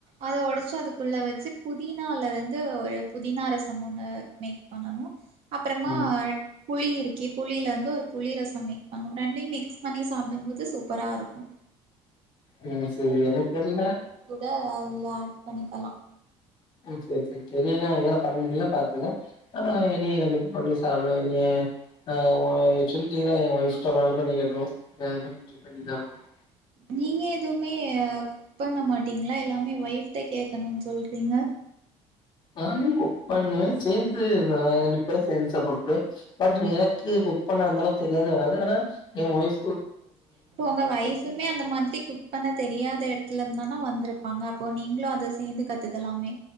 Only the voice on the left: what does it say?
ம்
உஹம் சரி என்னதோர்ழ
சோரி சோ <unintelligible> ரி தெரிய நா இதாலும் பண்ணன்ன பத்துதல ஆனா இன கண்டிப்பா பண்ணி சாப்பலாம் நீன ஆஹ் சொல்லிட்டீங்க என் ஒய ஒருனால பண்ணி கட்டுற பண்ணி தான் இருோம்
ஆ குக் பண்ணுவன் சேர்ந்து பேய் சேர்ந்து சாப்படு பட் எனக்கு குக் பண்ண இருந்தாலும் தெரியாத வராது ஆனா என் ஒய்ஃ